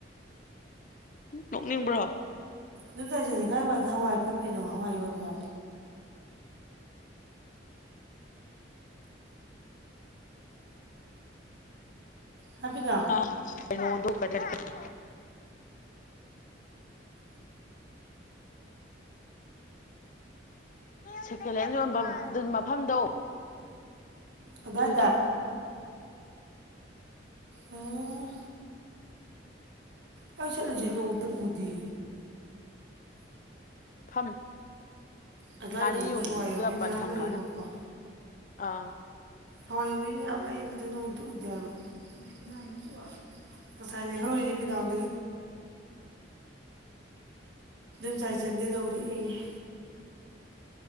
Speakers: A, on the left; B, on the right.
A: ꯅꯣꯛꯅꯤꯡꯕ꯭ꯔꯣ
B: ꯖꯩꯁꯗꯤ ꯀꯥꯏ ꯋꯥꯗ ꯍꯋꯥꯏ ꯐꯝꯃꯤꯅꯣ ꯍꯋꯥꯏ ꯌꯣꯟꯕ꯭ꯔ ꯍꯥꯏꯕꯤꯅꯣ
A: ꯑ ꯀꯗ ꯀꯔ ꯁꯦꯀꯦꯟ ꯍꯦꯟ ꯌꯣꯟꯕ ꯃꯐꯝꯗꯣ
B: ꯑꯗꯨꯚꯥꯏꯗꯗꯥ
A: ꯑꯗꯨꯒꯤꯗ
B: ꯑꯣ ꯀꯩꯁꯠꯂꯁꯤ ꯅ ꯎ ꯎꯗꯤ
A: ꯐꯝꯅꯤ
B: ꯑꯗꯥꯏꯗꯕꯨꯗꯤ
A: ꯉꯥꯔꯤ ꯌꯣꯟꯕꯤꯒꯞꯄ
B: ꯍꯋꯥꯏ ꯌꯣꯟꯕꯤ ꯃꯌꯥꯝ
A: ꯊꯪꯅꯅ
B: ꯂꯩꯌꯦꯕꯀꯣ
A: ꯑꯥ
B: ꯍꯋꯥꯏ ꯌꯕꯤ ꯃꯌꯥꯝ ꯂꯩꯕ ꯑꯗꯨ ꯅꯣꯡꯗ ꯎꯗꯦ ꯍꯥꯏꯕ ꯐꯁꯥꯏꯜꯂꯤ ꯍꯧꯔꯤꯅꯤ ꯄꯤꯗꯥ ꯑꯣꯗ ꯝꯆꯥꯏꯖꯟꯗꯒꯤꯩ ꯂꯧꯔꯛꯏ